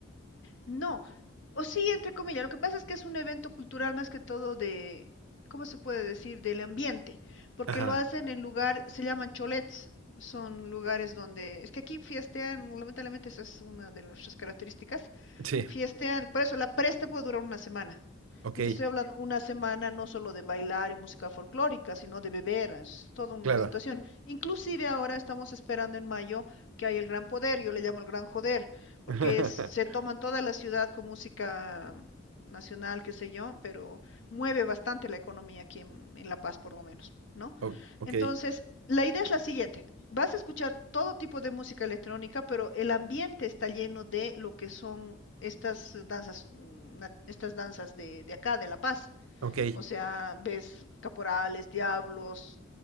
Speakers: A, on the left (about 65°); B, on the right (about 80°).
A: No, o sí, entre comillas, lo que pasa es que es un evento cultural más que todo de, ¿cómo se puede decir? Del ambiente, porque
B: Ajá,
A: lo hacen en lugar, se llaman cholets, son lugares donde, es que aquí fiestean, lamentablemente esa es una de nuestras características,
B: sí,
A: Fiestean, por eso la preste puede durar una semana.
B: ok,
A: Y te estoy hablando una semana no solo de bailar y música folclórica, sino de beber, es toda una
B: claro.
A: situación. Inclusive ahora estamos esperando en mayo que hay el gran poder, yo le llamo el gran joder, porque
B: <laughs>
A: es- se toman toda la ciudad con música nacional, qué sé yo, pero mueve bastante la economía aquí en, en La Paz por lo menos, ¿no?
B: O- ok,
A: Entonces, la idea es la siguiente, vas a escuchar todo tipo de música electrónica, pero el ambiente está lleno de lo que son estas danzas, mm, na- estas danzas de, de acá, de La Paz.
B: ok,
A: O sea, ves caporales, diablos,